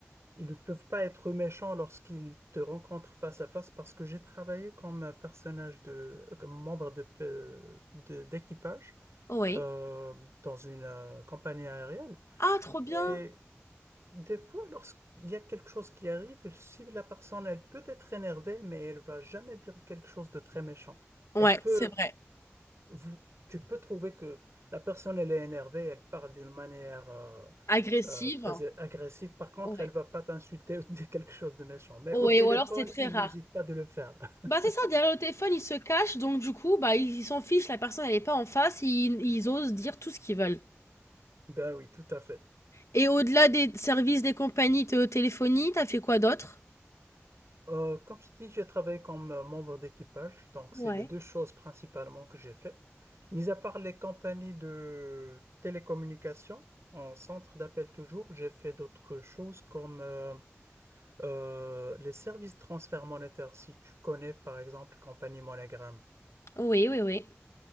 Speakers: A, on the right; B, on the left.
A: ils ne peuvent pas être méchants lorsqu'ils te rencontrent face à face parce que j'ai travaillé comme un personnage de, comme membre de, euh, de- d'équipage
B: Oui.
A: euh, dans une euh, compagnie aérienne.
B: Ah, trop bien!
A: Et des fois, lorsqu'il y a quelque chose qui arrive, si la personne, elle peut être énervée, mais elle va jamais dire quelque chose de très méchant.
B: Ouais,
A: Elle peut
B: c'est vrai.
A: vous- tu peux trouver que la personne, elle est énervée, elle parle d'une manière euh,
B: Agressive.
A: euh, très agressive. Par contre,
B: Ouais.
A: elle va pas t'insulter ou <laughs> te dire quelque chose de méchant. Mais
B: Ouais,
A: au téléphone,
B: ou alors c'est très
A: il
B: rare.
A: n'hésite pas de le faire. <laughs>
B: Bah, c'est ça, derrière le téléphone, ils se cachent, donc du coup, bah, ils ils s'en fichent, la personne, elle est pas en face, ils, ils osent dire tout ce qu'ils veulent.
A: Ben oui, tout à fait.
B: Et au-delà des services des compagnies de téléphonie, t'as fait quoi d'autre?
A: Euh, comme je dis, j'ai travaillé comme euh, membre d'équipage, donc c'est
B: Ouais.
A: les deux choses principalement que j'ai fait. Mis à part les compagnies de télécommunications, en centre d'appel toujours, j'ai fait d'autres choses comme euh, Euh, les services de transfert monétaire, si tu connais par exemple Compagnie Monogram,
B: Oui, oui, oui.